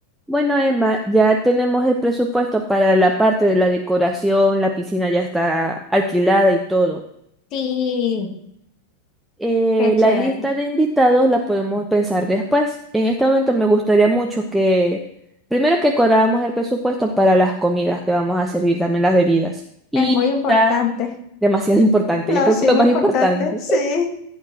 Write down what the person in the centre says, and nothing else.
Bueno, Emma, ya tenemos el presupuesto para la parte de la decoración, la piscina ya está alquilada y todo.
Eh,
la lista de invitados la podemos pensar después. En este momento me gustaría mucho que, primero que cuadráramos el presupuesto para las comidas que vamos a servir, también las bebidas. Y
está
demasiado <laughs> importante,
yo creo
que lo
más
importante.